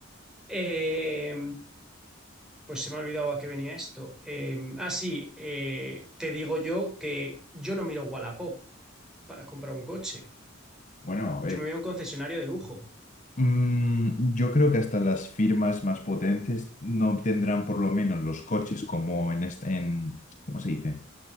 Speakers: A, in the centre; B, on the left.
A: Eh, pues se me ha olvidado a qué venía esto. Eh, ah, sí, eh, te digo yo que yo no miro Wallapop para comprar un coche.
B: Bueno, a ver.
A: Yo me veo un concesionario de lujo,
B: Mm, yo creo que hasta las firmas más potentes no obtendrán por lo menos los coches como en este, en, ¿cómo se dice?